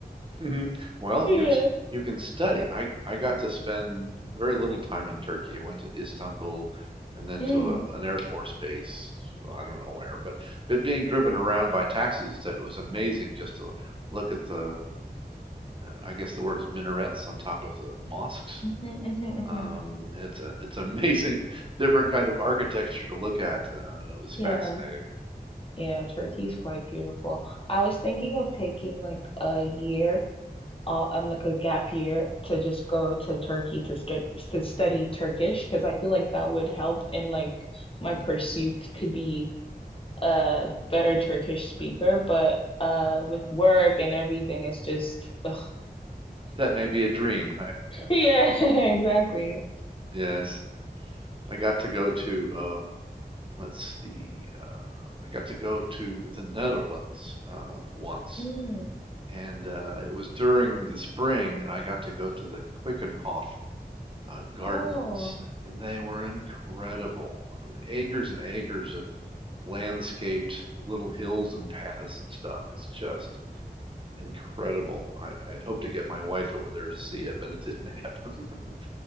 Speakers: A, on the right; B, on the left.
A: hmm Well,
B: Yeah.
A: you have, s- you can study. I I got to spend very little time in Turkey. I went to Istanbul and then
B: Mm.
A: to a, an Air Force base. well, I don't know where, but but being driven around by taxis, it was amazing just to look at the, uh, I guess the word is minarets on top of the mosques.
B: hmm hmm
A: Um,
B: hmm
A: it's a, it's amazing, <laughs> different kind of architecture to look at. Uh, it was fascinating.
B: Yeah. Yeah, Turkey's quite beautiful. I was thinking of taking like a year uh, um, like a gap year to just go to Turkey to start to study Turkish because I feel like that would help in like my pursuit to be a better Turkish speaker. But uh, with work and everything, it's just ugh.
A: That may be a dream.
B: <laughs> Yeah, <laughs> exactly.
A: <laughs> yes. I got to go to um, let's see, uh, I got to go to the Netherlands uh, once,
B: Mm.
A: and uh, it was during the spring, and I got to go to the Quickenhof uh, Gardens,
B: Oh,
A: and they were incredible. I mean, acres and acres of landscaped little hills and paths and stuff. It's just incredible. I, I'd hoped to get my wife over there to see it, but it didn't happen. <laughs>